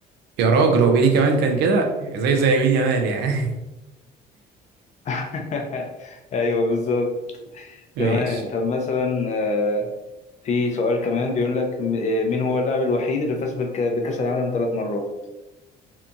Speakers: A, on the right; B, on the left.
A: يا راجل هو بيلي كمان كان كده زي زي يمين يامال يعني
B: <laughs> ايوه بالظبط
A: <laughs> ماشي
B: تمام طب مثلا آه، في سؤال كمان بيقول لك م- آه، مين هو اللاعب الوحيد اللي فاز بالك... بكأس العالم ثلاث مرات